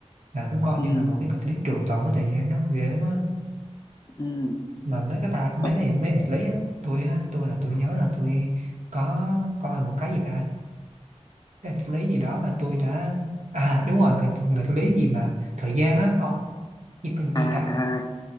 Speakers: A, on the right; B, on the left.
A: là cũng coi
B: ừ.
A: như là một cái nghịch lý trường tồn với thời gian nó ghê lắm á
B: ừ.
A: mà mấy cái ba mấy
B: Ông-
A: cái mấy nghịch lý á tôi á tôi là tôi nhớ là tôi có coi một cái gì ta cái nghịch lý gì đó mà tôi đã à đúng rồi nghịch nghịch lý gì mà thời gian á ờ, gì,
B: à
A: gì ta
B: à